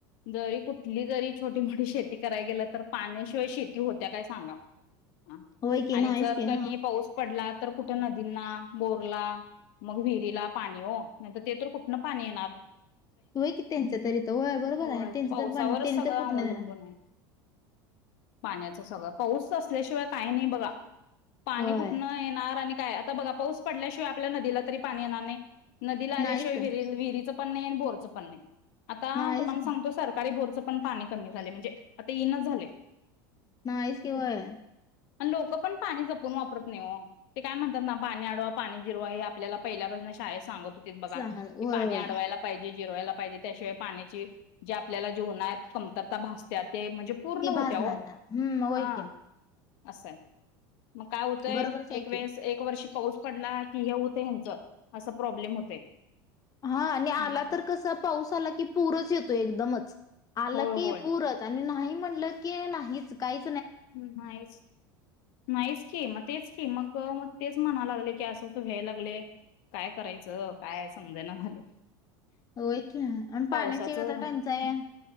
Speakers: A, on the left; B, on the left.
A: जरी कुठली जरी छोटी मोठी शेती कराय गेलं तर पाण्याशिवाय शेती होत्या काय सांगा हा.
B: होय कि
A: आणि
B: नाही
A: जर
B: च कि
A: कणी पाऊस पडला तर कुठं नदींना बोरला मग विहिरीला पाणी हो नाही ते तर कुठन पाणी येणार
B: त आहे कि त्यांच तरी त बरोबर
A: ना
B: आहे त्यांचं
A: पावसावरच
B: तर प त्यांनी
A: सगळं
B: तर कुठन देण
A: अवलंबून आहे पाण्याचं सगळं पाऊस असल्याशिवाय काही नाही बघा. पाणी.
B: होय
A: कुटणं येणार आणि काय. आता बघा पाऊस पडल्याशिवाय आपल्या नदीला तरी पाणी येणार नाही. नदीला आल्याशिवाय
B: नाहीच की
A: विरी विहिरीच पणणे आणि बोरचं पण नाही. आता
B: नाहीच
A: तुम्हाला
B: की
A: सांगतो सरकारी भोर च पण पाणी कमी झालय म्हणजे, आता ईनच झालंय.
B: नाईच कि होय.
A: लोक पण पाणी जपून वापरत नाही हो. ते काय म्हणतात ना पाणी अडवा पाणी जिरवा हे आपल्याला पहिल्यापासून शाळेत सांगत होतीत, बघा
B: सांगा होय
A: पाणी
B: होय
A: अडवायला पाहिजे जिरवायला पाहिजे त्याशिवाय पाण्याची जे आपल्याला जेवणात कमतरता भासत्या ते म्हणजे पूर्ण
B: ती
A: होत्या
B: भाजणार
A: हो,
B: ना हम्म होय
A: हा.
B: की
A: असं आहे. मग काय
B: बरोबरच
A: <unintelligible>
B: आहे
A: एक वेळेस
B: की
A: वर्ष पाऊस पडला की हे होत ह्यांचं असा प्रॉब्लेम होतय.
B: हा आणि आला
A: मग काय
B: तर कसा पाऊस आला की पूरच येतो एकदमच. आलं
A: होय
B: की
A: होय
B: पुरच आणि नाही. म्हटल की नाहीचं काही
A: नाहीच, नाहीच की मग तेच की मग. अग मग तेच म्हणा लागले की असं अस व्हाय लागलय काय करायचं काय समजना झालय.
B: होय की आणि
A: पावसाचं
B: पाण्याची एक आता टंचाई आहे